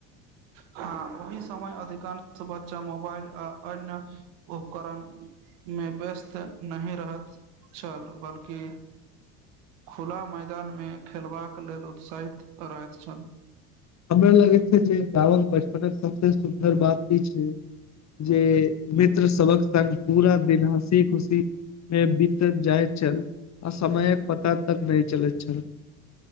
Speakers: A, on the right (about 70°); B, on the left (about 35°).
A: हँ ओहि समय अधिकांश बच्चा मोबाइल आ अन्य उपकरणमे व्यस्त नहि रहैत छल, बल्कि खुला मैदानमे खेलबाक लेल उत्साहित रहैत छल।
B: हमरा लागै छै जे गावक बचपने सब सुन्दर बात ई छै जे मित्र सबक संग पूरा दिन हँसी खुशी मे बीत जाइत छल आ समयक पता तक नहि चलैत छल।